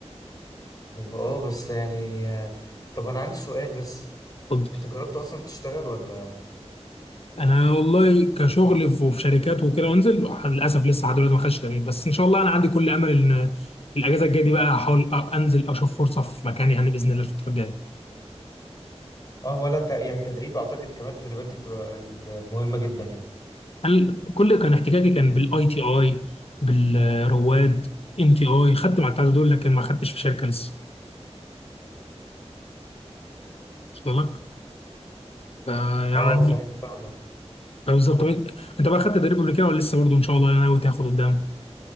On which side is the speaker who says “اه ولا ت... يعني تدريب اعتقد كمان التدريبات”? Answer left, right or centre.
Left